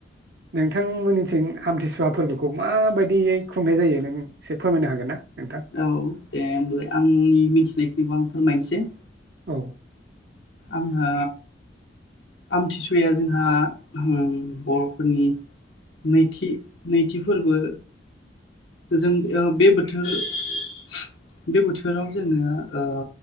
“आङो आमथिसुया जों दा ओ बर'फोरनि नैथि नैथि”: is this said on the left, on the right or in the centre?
Left